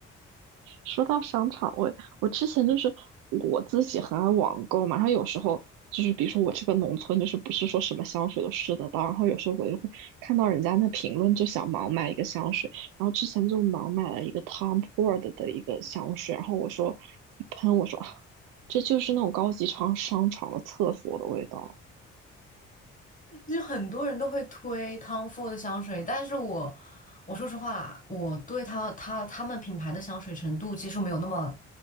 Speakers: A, on the right (about 60°); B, on the left (about 20°).
A: 说到商场味，我我之前就是我自己很爱网购嘛，然后有时候就是比如说我这个农村，就是不是说什么香水都试得到，然后有时候我就会看到人家那评论，就想盲买一个香水，然后之前就盲买了一个 Tom Ford 的一个香水，然后我说一喷，我说啊 <sighs> 这就是那种高级商商场的厕所的味道。
B: <laughs> 就很多人都会推 Tom Ford 的香水，但是我我说实话，我对他他他们品牌的香水程度接受没有那么